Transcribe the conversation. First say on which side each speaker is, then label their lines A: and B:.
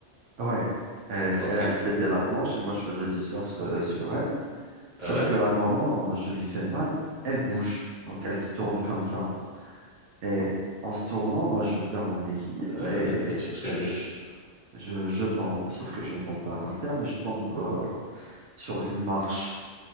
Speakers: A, on the right; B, on the right.
A: Ouais. Et c-
B: ok.
A: elle, c'était la planche et moi, je faisais du surf euh, sur elle. Sauf
B: 에?
A: qu'à un moment, je lui fais mal. Elle bouge. Donc, elle se tourne comme ça. Et en se tournant, moi, je perds mon équilibre
B: Euh,
A: et
B: tu trébuches.
A: je, je tombe. Sauf que je ne tombe pas par terre, mais je tombe euh, sur une marche.